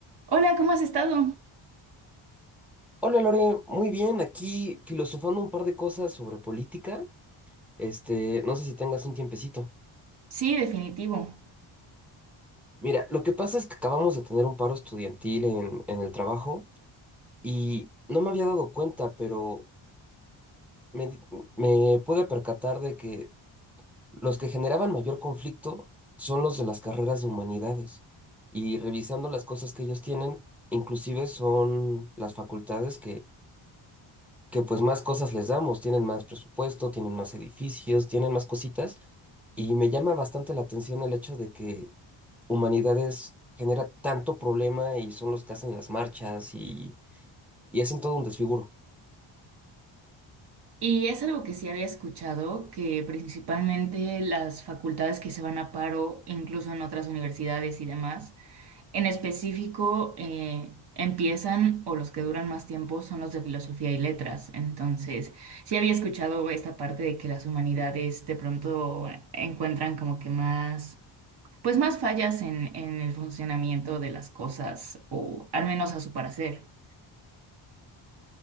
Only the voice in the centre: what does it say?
Hola Lore, muy bien, aquí filosofando un par de cosas sobre política. Este, no sé si tengas un tiempecito.
Mira, lo que pasa es que acabamos de tener un paro estudiantil en, en el trabajo y no me había dado cuenta, pero me, di- me pude percatar de que los que generaban mayor conflicto son los de las carreras de humanidades. Y revisando las cosas que ellos tienen, inclusive son las facultades que pues más cosas les damos, tienen más presupuesto, tienen más edificios, tienen más cositas, y me llama bastante la atención el hecho de que Humanidades genera tanto problema y son los que hacen las marchas y, y hacen todo un desfiguro.